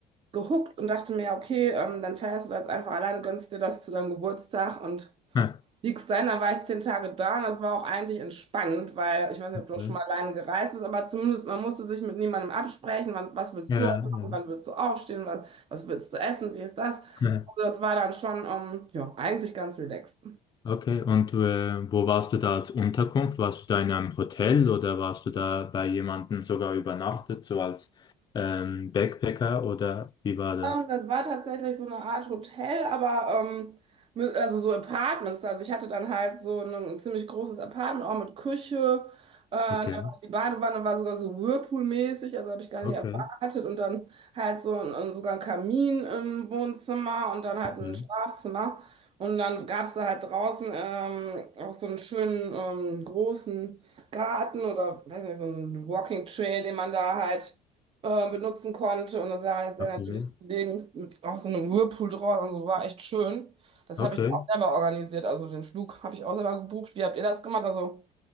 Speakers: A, on the right (about 45°); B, on the left (about 30°).
A: gehuckt und dachte mir, ja, okay, ähm, dann fährst du jetzt einfach alleine, gönnst dir das zu deinem Geburtstag und
B: <laughs> Hm,
A: Liechtenstein, da war ich zehn Tage da und das war auch eigentlich entspannt, weil ich weiß nicht,
B: Okay.
A: ob du auch schon mal alleine gereist bist, aber zumindest man musste sich mit niemandem absprechen, wann, was willst
B: Ja,
A: du machen,
B: ja.
A: wann willst du aufstehen, was, was willst du essen, dies, das.
B: <laughs> Hm,
A: Also das war dann schon, ähm, ja, eigentlich ganz relaxed.
B: Okay, und äh, wo warst du da als Unterkunft? Warst du da in einem Hotel oder warst du da bei jemandem sogar übernachtet, so als ähm, Backpacker oder wie war das?
A: Ähm, das war tatsächlich so eine Art Hotel, aber ähm, mit- also so Apartments. Also ich hatte dann halt so ein, ein ziemlich großes Apartment, auch mit Küche. Äh, da
B: Okay,
A: war, die Badewanne war sogar so Whirlpool-mäßig, also habe ich gar nicht
B: okay,
A: erwartet. Und dann halt so ein, ein, sogar ein Kamin im Wohnzimmer und dann halt
B: okay,
A: ein Schlafzimmer. Und dann gab es da halt draußen ähm, auch so einen schönen ähm, großen Garten oder weiß nicht, so einen Walking Trail, den man da halt äh, benutzen konnte. Und das war sehr
B: okay.
A: natürlich Kollegen mit auch so einem Whirlpool draus. Also war echt schön. Das
B: okay.
A: habe ich auch selber organisiert. Also den Flug habe ich auch selber gebucht. Wie habt ihr das gemacht? Also